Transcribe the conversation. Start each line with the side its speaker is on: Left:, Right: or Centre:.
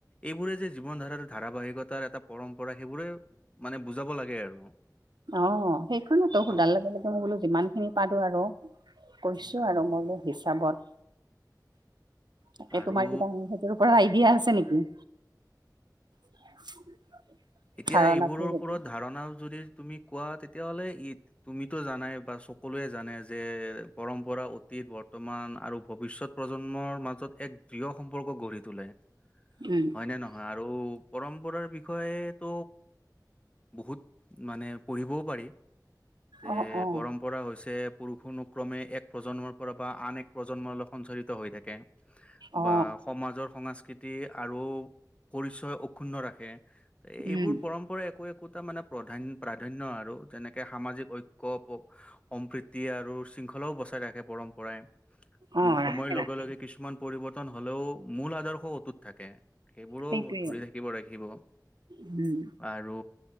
Left: এইবোৰে যে জীৱন ধাৰাৰ ধাৰাবাহিকতাৰ এটা পৰম্পৰা সেইবোৰেই মানে বুজাব লাগে আৰু।
Right: অঁ, সেইখন তো সোধাল
Left: ন
Right: লগে লগে মই বোলো যিমান খিনি পাৰো আৰু। কৈছোঁ
Left: উম
Right: আৰু মই মোৰ হিচাপত। তাকে
Left: আৰু
Right: তোমাৰ কিবা সেইটোৰ পৰা আইডিয়া আছে নেকি? <inaudible>
Left: এতিয়া
Right: ধাৰণাটো
Left: এইবোৰৰ ওপৰত
Right: যদি
Left: ধাৰণা যদি তুমি কোৱা তেতিয়া হ'লে ঈদ তুমিতো জানাই বা সকলোৱে জানে যে, পৰম্পৰা অতীত, বৰ্তমান আৰু ভৱিষ্যত প্ৰজন্মৰ মাজত এক দৃঢ় সম্পৰ্ক গঢ়ি তোলে।
Right: উম
Left: হয় নে নহয়? আৰু পৰম্পৰাৰ বিষয়ে ত' বহুত মানে পঢ়িবও পাৰি। এ
Right: অ অ
Left: পৰম পৰা হৈছে, পুৰুষ অনুক্ৰমে এক প্ৰজন্মৰ পৰা বা আন এক প্ৰজন্মলৈ সঞ্চাৰিত হৈ থাকে।
Right: অ
Left: বা সমাজৰ সংস কৃতি আৰু পৰিচয় অক্ষুন্ন ৰাখে।
Right: উম
Left: এইবোৰ পৰম্পৰা একো একোটা মানে প্ৰাধান প্ৰাধান্য আৰু যেনেকে সামাজিক ঐ ক ব সম্প্ৰীতি আৰু শৃংখলাও বচাই ৰাখে পৰম্পৰায়।
Right: অ
Left: সময়ৰ
Right: ৰাখে
Left: লগে
Right: ৰাখে
Left: লগে কিছুমান পৰিৱৰ্তন হলেও মূল আদৰ্শ অটুত থাকে। সেইবোৰো
Right: সেইটোৱে
Left: ধৰি ৰাখিব, ৰাখিব।
Right: উম।
Left: আৰু